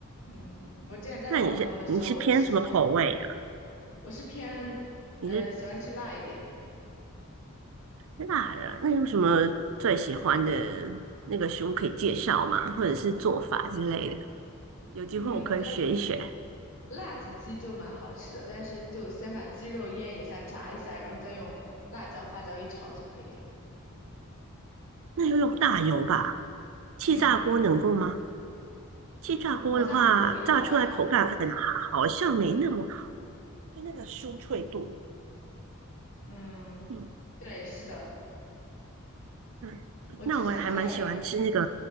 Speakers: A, on the left; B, on the right.
A: 嗯，我之前在广东的时候我吃过，
B: 那你是你是偏什么口味啊？
A: 我是偏呃喜欢吃辣一点的。
B: 你是辣的，那有什么最喜欢的那个食物可以介绍吗？或者是做法之类的？有机会我可以学一学。
A: 嗯，我觉得辣子鸡就蛮好吃的，但是就先把鸡肉腌一下、炸一下，然后再用辣椒、花椒一炒就可以了。
B: 那要用大油吧？气炸锅能够吗？
A: 嗯，
B: 气炸锅的话，
A: 好像可以吧？
B: 炸出来口感可能好像没那么，就那个酥脆度。
A: 嗯，
B: 嗯
A: 对，是的。
B: 嗯，
A: 我之前在
B: 那我还蛮喜欢吃那个